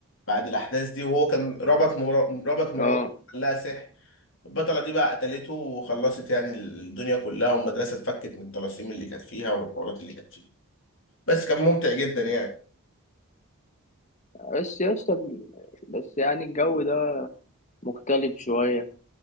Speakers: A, on the left; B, on the left.
A: بعد الأحداث دي وهو كان ربط مرا- ربط مراته
B: اه
A: قال لها سحر البطلة دي بقى قتلته وخلصت يعني الدنيا كلها والمدرسة اتفكت من الطلاسيم اللي كانت فيها والحوارات اللي كانت فيها بس كان ممتع جدا يعني
B: بس يا اسطى ب- بس يعني الجو ده مختلف شوية